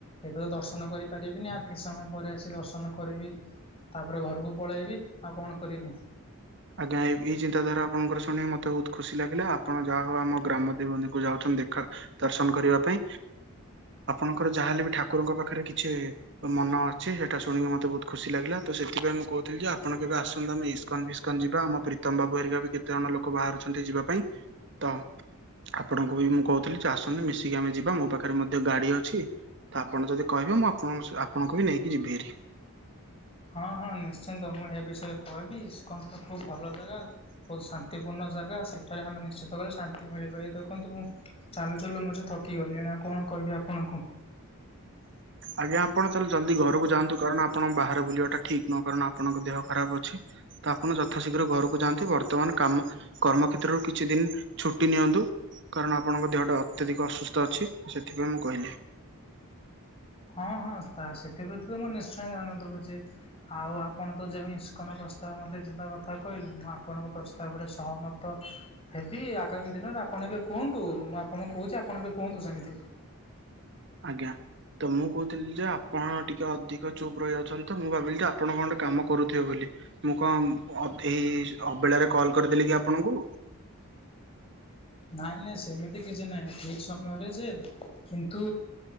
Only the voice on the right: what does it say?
ଆଜ୍ଞା ଏ-ଏଇ ଚିନ୍ତାଧାରା ଆପଣଙ୍କର ଶୁଣିି ମତେ ବହୁତ ଖୁସି ଲାଗିଲା ଆପଣ ଯାହା ହଉ ଆମ ଗ୍ରାମ ଦେବତୀଙ୍କୁ ଯାଉଛନ୍ତି ଦେଖା ଦର୍ଶନ କରିବା ପାଇଁ ଆପଣଙ୍କର ଯାହା ହେଲେ ବି ଠାକୁରଙ୍କ ପାଖେରେ କିଛି ମନ ଅଛି ସେଟା ଶୁଣିକି ମତେ ବହୁ ଖୁସି ଲାଗିଲା ତ ସେଥିପାଇଁ ମୁଁ କହୁଥିଲି ଯେ ଆପଣ କେବେ ଆସନ୍ତୁ ଆମେ ଇସ୍କନ୍ ଫି କନ୍ ଯିବା ଆମ ପ୍ରୀତମ ବାବୁ ହେରିକା ବି କେତେ ଜଣ ଲୋକ ବାହାରୁଛନ୍ତି ଯିବା ପାଇଁ ତ ଆପଣଙ୍କୁ ବି ମୁଁ କହୁଥିଲି ଯେ ଆସନ୍ତୁ ମିଶିକି ଆମେ ଯିବା ମୋ ପାଖରେ ମଧ୍ୟ ଗାଡି ଅଛି। ତ ଆପଣ ଯଦି କହିବେ ମୁଁ ଆପଣ ସ ଆପଣଙ୍କୁ ବି ନେଇକି ଯିବି ହେରି।
ଆଜ୍ଞା ଆପଣ ତାହେଲେ ଜଲ୍ଦି ଘରକୁ ଯାଆନ୍ତୁ ଆପଣଙ୍କ ବାହରେ ବୁଲିବା ଟା ଠିକ୍ ନୁହେଁ କାରଣ ଆପଣଙ୍କ ଦେହ ଖରାପ ଅଛି। ତ ଆପଣ ଯଥାଶୀଘ୍ର ଘରୁକୁ ଯାଆନ୍ତି ବର୍ତ୍ତମାନ କାମ କର୍ମ କ୍ଷେତ୍ରରୁ କିଛି ଦିନ୍ ଛୁଟି ନିଅନ୍ତୁ। କାରଣ ଆପଣଙ୍କ ଦେହଟା ଅତ୍ୟଧିକ ଅସୁସ୍ଥ ଅଛି ସେଥିପାଇଁ ମୁଁ କହିଲି।
ଆଜ୍ଞା ତ ମୁଁ କହୁଥିଲି ଯେ ଆପଣ ଟିକେ ଅଧିକ ଚୁପ୍ ରହିଯାଉଛନ୍ତି। ତ ମୁଁ ଭାବିଲି ତ ଆପଣ କଣ ଗୋଟେ କାମ କରୁଥିବେ ବୋଲି ମୁଁ କଣ ଅଭେରେ ଅବେଳାରେ କଲ୍ କରିଦେଲି କି ଆପଣଙ୍କୁ?